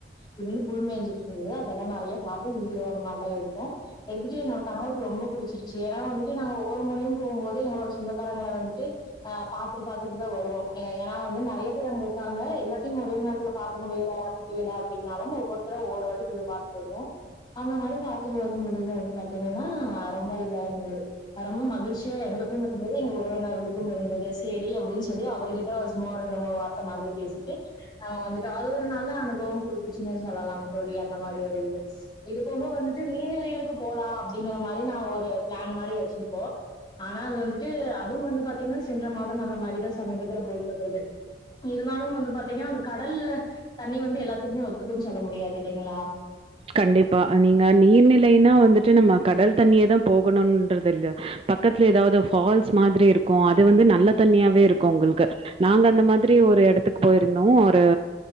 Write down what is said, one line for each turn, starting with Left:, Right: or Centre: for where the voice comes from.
Left: இருந்து புல்மேஞ்சுட்டு இருந்தது அதெல்லா நெறையா பாத்து வீடியோ அந்த மாரிலா எடுத்தோ எடுத்துட்டு என்னோட கணவருக்கு ரொம்ப பிடிச்சிருச்சு ஏன்னா வந்துட்டு நாங்க ஒவ்வொரு முறையு போம்போது எங்களோட சொந்தக்காரங்கள வந்துட்டு அ பாத்துட்டு பாத்துட்டு தா வருவோ ஏனா வந்து நெறையா கிறவங்க இருக்காங்க இல்ல <unintelligible> ஒரே நேரத்துல பாக்க முடியிரோ முடியல அப்டின்னாலு ஒவ்வொருத்தரா ஒவ்வொரு வாட்டி போய் பாத்துட்டு வருவோ அந்த மாரி பாத்துட்டு வரும்பொழுது வந்து பாத்தீங்கன்னா ரொம்ப இதா இருந்துது அ ரொம்ப மகிழ்ச்சியா எங்களுக்கும் இருந்தது எங்க ஒரு உறவினர்களுக்கு இருந்தது சேரி அப்டின்னு சொல்லி அவருகிட்ட சும்மா ஒரு ரெண்டு மூணு வார் த்த மாதிரி பேசிட்டு நாங்க வந்துட்டு அது ஒரு நல்ல அனுபவோ குடுத்துச்சுனே சொல்லலா தோழி அந்த மாரி ஒரு இது இது போக வந்துட்டு நீர்நிலைகளுக்கு போலா அப்டிங்கிற மாரி நாங்க ஒரு பிளான் மாரி வச்சிருப்போ ஆனா அது வந்துட்டு அதுவு வந்து பாத்தீங்கன்னா சென்ற மாதம் அந்த மாரிதா சமீபத்துல போயிட்டு வந்துது இருந்தாலு வந்து பாத்தீங்கன்னா அந்த கடல்ல தண்ணி வந்து எல்லாத்துக்குமே ஒத்துக்கும்ன்னு சொல்ல முடியாது இல்லைங்களா
Right: கண்டிப்பா நீங்க நீர்நிலைனா வந்துட்டு நம்ம கடல் தண்ணியே தா போகணும்ன்றது இல்ல பக்கத்துல ஏதாவது ஃபால்ஸ் மாதிரி இருக்கு அது வந்து நல்ல தன்னியாவே இருக்கோ உங்களுக்கு நாங்க அந்த மாதிரி ஒரு எடத்துக்கு போயிருந்தோ ஒரு